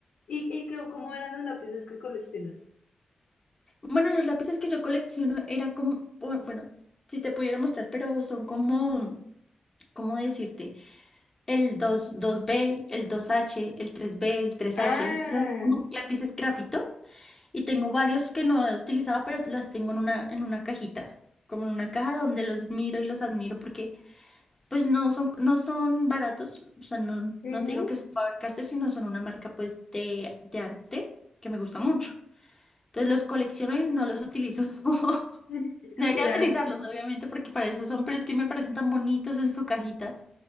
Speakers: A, on the left (about 70°); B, on the left (about 15°).
A: ¿Y, y qué- cómo eran los lápices que coleccionas?
B: Bueno, los lápices que yo colecciono era como, o- bueno, si te pudiera mostrar, pero son como, ¿cómo decirte? El 2, 2B, el 2H, el 3B, el 3H,
A: Ah,
B: o sea, es como lápices grafito. Y tengo varios que no he utilizado, pero las tengo en una, en una cajita, como en una caja donde los miro y los admiro porque Pues no son, no son baratos, o sea, no,
A: ujú.
B: no te digo que son Faber-Castell, sino son una marca pues de, de arte que me gusta mucho. Entonces los colecciono y no los utilizo. <laughs>
A: <laughs>
B: Debería
A: Mira,
B: utilizarlos, obviamente, porque para eso son, pero es que me parecen tan bonitos en su cajita.